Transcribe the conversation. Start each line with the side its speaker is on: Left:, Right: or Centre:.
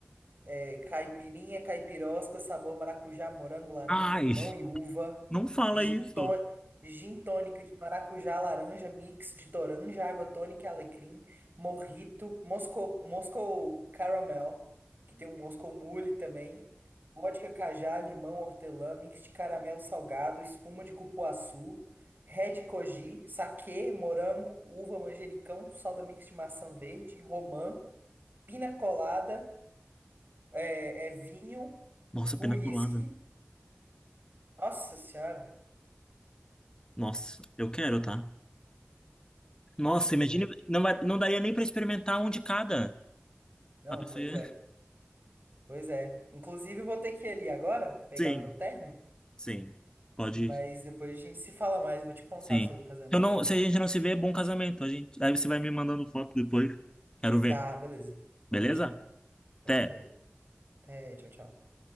Right: É, caipirinha, caipirosca, sabor maracujá, morango, laranja,
Left: Ai,
Right: limão e uva.
Left: não fala
Right: Gin,
Left: isso.
Right: tó- gin tônica de maracujá, laranja, mix de toranja, água tônica e alecrim. Morrito, Moscou, Moscou Caramel, que tem um Moscou Mule também. Vodka, cajá, limão, hortelã, mix de caramelo salgado, espuma de cupuaçu. Red Koji, saquê, morango, uva, manjericão, soda mix de maçã verde, romã, pina colada é, é vinho,
Left: Nossa,
Right: uísque.
Left: pena colada.
Right: Nossa senhora.
Left: Nossa, eu quero, tá? Nossa,
Right: Pois
Left: imagina,
Right: é.
Left: não, vai- não daria nem pra experimentar um de cada.
Right: Não,
Left: A pessoa
Right: pois
Left: ia-
Right: é. Pois é. Inclusive, eu vou ter que ir ali agora, pegar
Left: Sim,
Right: o meu terno.
Left: sim. Pode
Right: Mas
Left: ir.
Right: depois a gente se fala mais, vou te contar
Left: Sim.
Right: sobre o casamento
Left: Eu não,
Right: mais.
Left: se a gente não se vê, é bom casamento. A gente, aí você vai me mandando foto depois. Quero ver.
Right: Tá, beleza. Pode
Left: Beleza?
Right: deixar. Tranquilo.
Left: Até.
Right: Até, tchau, tchau.